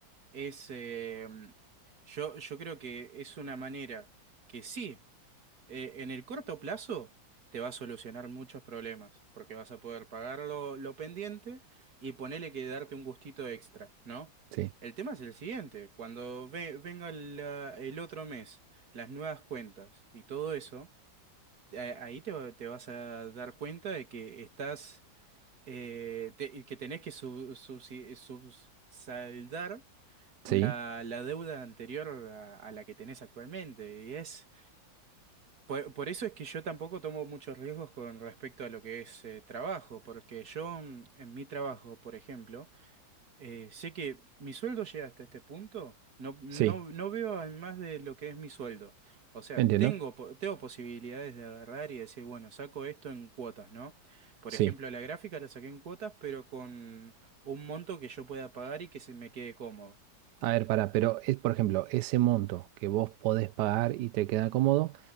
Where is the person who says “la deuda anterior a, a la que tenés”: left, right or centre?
Right